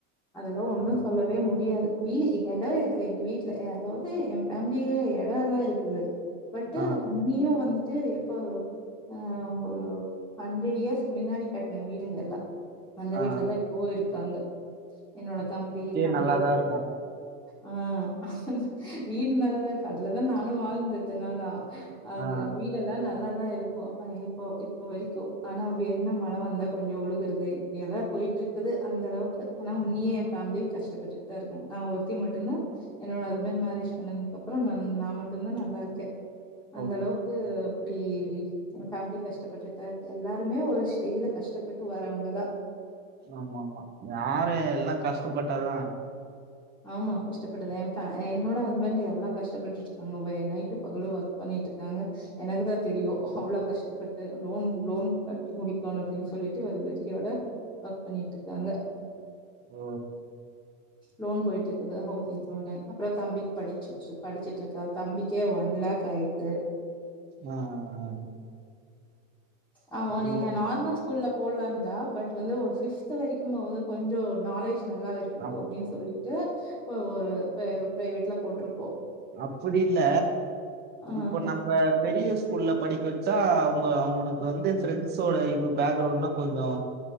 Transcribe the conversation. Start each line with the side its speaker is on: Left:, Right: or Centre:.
Centre: அதுல ஒன்னு
Right: ஓ
Centre: முடியாது வீடு எடம் இருக்குது எங்க வீட்ல அதாது என் ஃபேமிலியே எடம் எல்லா இருக்குது பட்
Right: ஆ
Centre: உன்னியும் வந் ட்டு எப்ப வரு ஆ ஒரு ஹண்ட்ரட் இயர்ஸ் மின்னாடி கட்ன வீடுங்க எல்லா அந்த
Right: ஆ
Centre: வீட்லதா இப்பவு இருக்காங்க என்னோட தம்பி தம்பி
Right: நல்லாதா இருக்கு
Centre: ஆ <inaudible> வீடு நல்லாதா இருக்கு அதுலதா நானு வாழ்ந்தே இத்தன் நாளா அது
Right: ஆ
Centre: வீடெல்லா ந ல்லாதா இருக்கு இப்ப இப்ப வரைக்கு ஆனா வெ என்ன மழ வந்தா கொஞ்சொ ஒழுகுறது இப்டியெல்லா போயிட்ருக்குது அந்தளவுக்கு ஆனா உன்னியே என் ஃபேமிலி கஷ்டப்பட்டுட்தா இருக்காங்க நா ஒருத்தி மட்டுந்தா என்னோட ஹஸ்பண்ட் மேரேஜ் பண்ணனுக் அப்றோ நன் நா மட்டுந்தா நல்லாருக்கே அந்த
Right: ஓ
Centre: அளவுக்கு அப்டி எ ஃபேமிலி கஷ்டப்பட்டுட்தா இருக்கு எல்லாருமே ஒரு ஷ் டேஜுல கஷ்டப்பட்டு வர்றவ்ங்க தா
Right: ஆமாமா யாரு எல்லா கஷ்டப்பட்டாதா
Centre: ஆமா கஷ்டப்பட்டுதா எ ஃபே என்னோட ஹஸ்பண்ட் எவ்ளொ கஷ்டப்பட்டுட்ருக்காங்க வெ நைட்டு பகலு ஒர்க் பண்ணிட்ருக்காங்க எனக்குதா தெரியு அவ்ள கஷ்டப்பட்டு லோன் லோன் கட்டி முடிக்கனு அப்டின் சொல்லிட்டு ஒரு வெறியோட ஒர்க் பண்ணிட்ருக்காங்க
Right: ஓ
Centre: லோன் போயிட்ருக்குது ஹவுசிங் லோனு அப்ற தம்பிக் படிச்சுட் படிச்சிட்ருக்கா தம்பிக்கே ஒன் லேக் ஆயிடுது
Right: ஆ ஆ ஆ
Centre: ஆ ஓ
Right: ஐயோ,
Centre: நீங்க நார்மல் ஸ் கூல்ல போல்லாந்தா பட் வந்து ஒரு ஃபிப்த் வரைக்குமாவுது கொஞ்சொ நாலேஜ் நல்லா இருக்கட்டு
Right: அப்-
Centre: அப்டின் சொல்லி ட்டு ஒ ஒரு ப ப்ரைவேட்ல போட்ருக்கோ
Right: அப்பிடில்ல இப்பொ
Centre: ஆ
Right: நம்ப பெரிய ஸ்கூல்ல படிக்க வச்சா அவுங்க அவனுக்கு வந்து ஃப்ரெண்ட்ஸோட இது பேக்ரவுண்ட்லா கொஞ்சொ